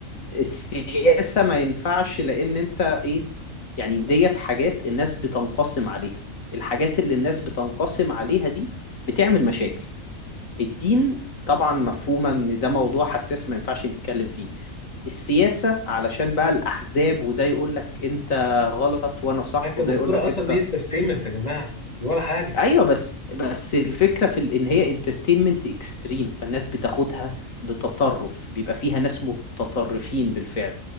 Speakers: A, on the left; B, on the left.
A: السياسة ما ينفعش لان انت ايه يعني ديت حاجات الناس بتنقسم عليها الحاجات اللي الناس بتنقسم عليها دي بتعمل مشاكل الدين طبعا مفهومة ان ده موضوع حساس ما ينفعش نتكلم فيه السياسة علشان بقى الأحزاب وده يقول لك أنت غلط وأنا صح
B: حتى
A: وده
B: بالكرة
A: يقول لك
B: اصلا
A: أنت
B: دي انترتينمنت يا جماعة دي ولا حاجة
A: أيوه بس بس الفكرة في ال- إن هي انترتينمنت اكستريم فالناس بتاخدها بتطرف بيبقى فيها ناس متطرفين بالفعل